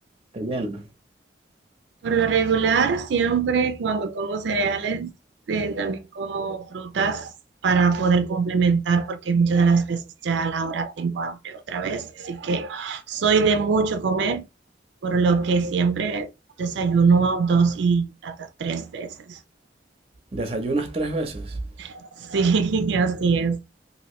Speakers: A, on the right; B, on the right.
A: Te llena.
B: Por lo regular, siempre cuando como cereales, eh, también como frutas para poder complementar, porque muchas de las veces ya a la hora tengo hambre otra vez, así que soy de mucho comer, por lo que siempre desayuno dos y hasta tres veces.
A: ¿Desayunas tres veces?
B: <laughs> Sí, así es.